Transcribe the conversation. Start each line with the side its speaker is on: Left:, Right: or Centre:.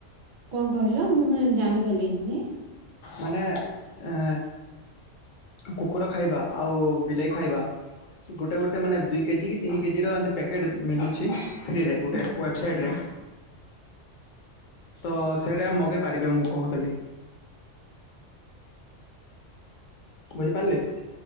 Right: କଣ କହିଲ ମୁଁ ଜାଣି ପାରିଲିନି
Left: ମାନେ ଏ କୁକୁର ଖାଇବା ଆଉ ବିଲେଇ ଖାଇବା ଗୋଟେ ଗୋଟେ ମାନେ ଦୁଇ କେଜି କି ତିନି କେଜି ର ଏ ପ୍ୟାକେଟ ମିଳୁଛି। ଫ୍ରି ରେ ଗୋଟେ
Right: ହୁଁ, ହୁଁ।
Left: ୱେବସାଇଟ ରେ ତ ସେଇଟା ମଗେଇ ପାରିବେ ମୁଁ କହୁଥିଲି। ବୁଝିପାରିଲେ।